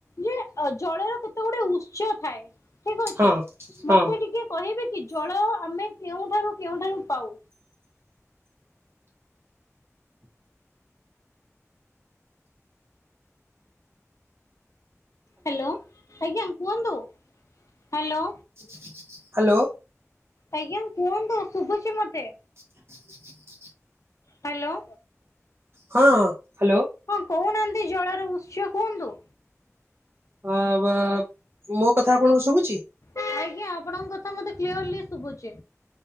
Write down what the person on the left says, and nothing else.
ଯେ ଜଳର କେତେ ଗୁଡେ ଉତ୍ସ ଥାଏ। ଠିକ ଅଛେ
ମତେ ଟିକେ କହିବେ କି ଜଳ ଆମେ କେଉଁଠାରୁ କେଉଠାରୁ ପାଉ? ହ୍ୟାଲୋ ଆଜ୍ଞା କୁହନ୍ତୁ ହ୍ୟାଲୋ।
ଆଜ୍ଞା କୁହନ୍ତୁ ଶୁଭୁଛି ମତେ।
ହ୍ୟାଲୋ
ହଁ କହୁନାହାନ୍ତି ଜଳର ଉତ୍ସ କୁହନ୍ତୁ?
ଆଜ୍ଞା ଆପଣଙ୍କ କଥା ମତେ କ୍ଲିୟରଲି ଶୁଭୁଛି।